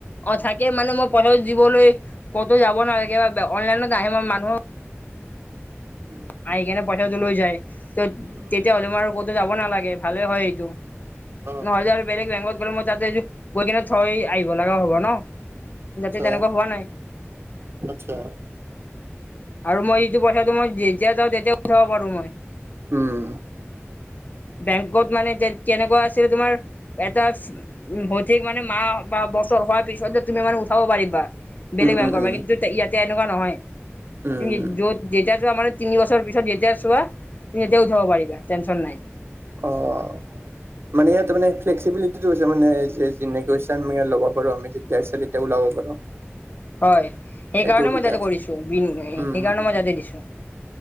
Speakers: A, on the left; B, on the right.
A: অ, থাকে মানে মই পথাৰ দিবলৈ ক'তো যাব নালাগে বা অনলাইনত আহে মই মানুহ
B: উম,
A: আহ সেইকাৰনে পইচাটো লৈ যায় ত
B: উম
A: তেতিয়া হ'লে মানে ক'তো যাব নালাগে ভালে হয় এইটো।
B: অ
A: ন হাজাৰ বেলেক বেংগত গল মই <inaudible> গৈ কিনে থৈ আহিব লগাও হ'ব ন,
B: আচ্ছা
A: যাতে তেনেকুৱা হোৱা নাই।
B: আচ্ছা,
A: আৰু মই যিটো পইচাটো মই যেতিয়া যাওঁ তেতিয়া উঠাব পাৰো মই।
B: উম,
A: বেংকত মানে কেনেকুৱা আছিলে তোমাৰ এটা উম, হৈ ঠিক মানে মাহ বা বছৰ হোৱাৰ পিছত তুমি মানে থ'ব পাৰিবা বেলেগ
B: উম
A: বেংকত,
B: উম উম
A: কিন্তু ইয়াতে এনেকুৱা নহয়।
B: উম,
A: তুমি য'ত যেতিয়া চোৱা মানে তিনি বছৰৰ পিছত যেতিয়া চোৱা তুমি তেতিয়া উঠাব পাৰিবা টেনশ্যন নাই।
B: অঁ'। মানে ইয়াত মানে ফ্লেক্চিবিলিটিটো হৈছে মানে যেনেকৈ <unintelligible> ম ল'ব পাৰো আমি যেতিয়া ইচ্ছা তেতিয়াই উলাব পাৰো। <inaudible>
A: হয় সেইকাৰণে
B: সেইটো সুবিধা
A: মই তাতে
B: আছে
A: কৰিছো বি সেইকাৰণে
B: উম, উম, উম,
A: মই তাতে দিছো।